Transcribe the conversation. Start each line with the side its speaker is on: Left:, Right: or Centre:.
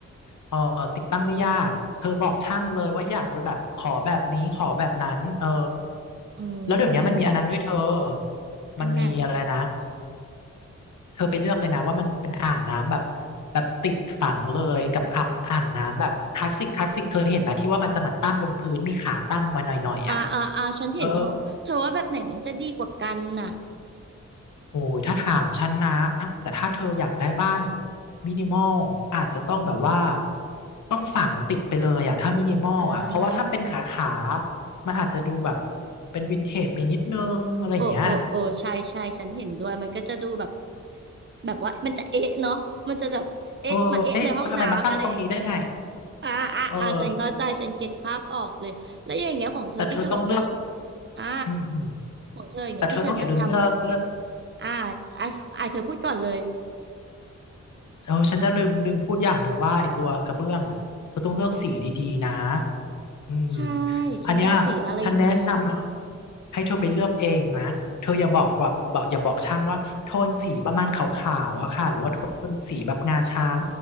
Left: เออติดตั้งไม่ยากเธอบอกช่างเลยว่าอยากจะแบบขอแบบนี้ขอแบบนั้นเออ
Right: อื
Left: แล้วเดี๋ยวนี้มันมีอันนั้นด้วยเธอ
Right: ม อันไหน
Left: มันมีอะไรนะเธอไปเลือกเลยนะว่ามันเป็นอ่างน้ำแบบแบบติดฝังเลยกับอ่างอ่างน้ำแบบคลาสสิกคลาสสิกเธอเห็นไหมที่ว่ามันจะเหมือนตั้งบนพื้นมีขาตั้งมาหน่อยๆอ่ะ
Right: อ่าอ่าอ่าฉันเห็นเธอเธอว่าแบบไหนมันจะดีกว่ากันน่ะ
Left: เออ โอ้ยถ้าถามฉันนะแต่ถ้าเธออยากได้บ้านมินิมอลอาจจะต้องแบบว่าต้องฝังติดไปเลยอะถ้ามินิมอลอะเพราะว่าถ้าเป็นขาขา
Right: อ่า
Left: มันอาจจะดูแบบเป็นวินเทจไปนิดนึงอะไรอย่างเงี้ย
Right: โอ้โอ้โอ้ใช่ใช่ฉันเห็นด้วยมันก็จะดูแบบแบบว่ามันจะเอ๊ะเนาะมันจะแบบเอ๊ะมาเอ๊ะในห้องน้ำอะไรอย่างนี้
Left: เออเอ๊ะมันทำไมมาตั้งตรงนี้ได้ไง
Right: อ่าอ่าอ่าฉันเข้าใจฉันเก็ตภาพออกเลยแล้วอย่างเงี้ยของเธอที่เธอบอกเธอ
Left: เออแต่เธอต้องเลือก
Right: อ่า
Left: อืมอืม
Right: ของเธออย่างเงี้ยที่เธอจะท
Left: แต่เธอต้องอย่าลืมเลือกเลือก
Right: ำอ่าอ่าอ่าเธอพูดก่อนเลย
Left: เออฉันจะลืมลืมพูดอย่างหนึ่งว่าไอตัวกระเบื้องอ่ะเขาต้องเลือกสีดีๆนะอืม
Right: ใช่ฉันดับสีอะไรดี
Left: อันเนี้ยฉันแนะนำนะให้เธอไปเลือกเองนะเธออย่าบอกว่าบอกอย่าบอกช่างว่าโทนสีประมาณขาวๆอะค่ะหรือว่าโทนสีแบบงาช้าง